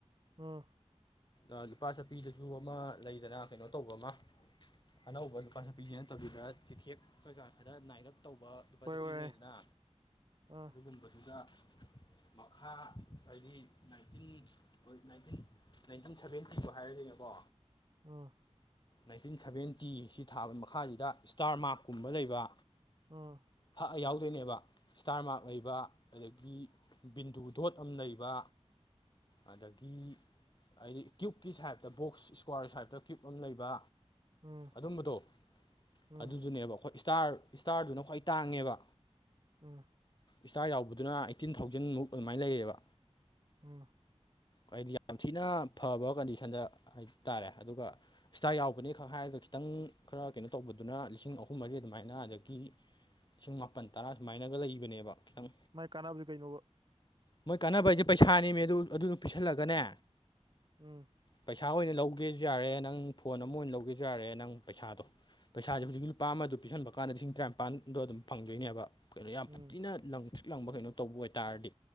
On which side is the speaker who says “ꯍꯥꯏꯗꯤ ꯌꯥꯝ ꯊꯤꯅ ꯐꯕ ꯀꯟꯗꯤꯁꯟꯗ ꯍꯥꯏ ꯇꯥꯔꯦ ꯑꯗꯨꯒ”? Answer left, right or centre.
Left